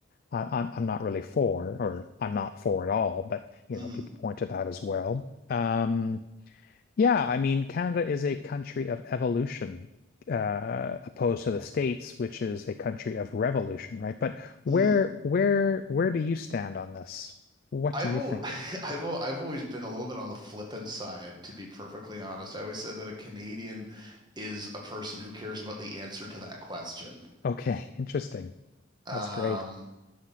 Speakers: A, on the left (about 50°); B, on the right (about 25°).
A: I, I'm I'm not really for, or I'm not for at all. But you
B: hmm
A: know, people point to that as well. Um, yeah, I mean, Canada is a country of evolution, uh, opposed to the States, which is a country of revolution, right? But where,
B: Mm.
A: where, where do you stand on this? What
B: I've
A: do you
B: al
A: think?
B: <laughs> I've al I've always been a little bit on the flippant side, to be perfectly honest. I always said that a Canadian is a person who cares about the answer to that question.
A: Okay, interesting.
B: Um,
A: That's great.